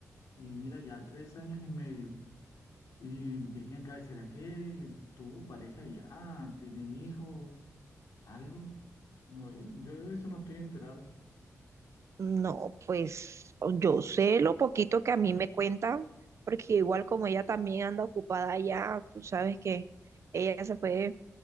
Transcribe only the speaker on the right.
No, pues yo sé lo poquito que a mí me cuentan, porque igual como ella también anda ocupada allá, tú sabes que ella se fue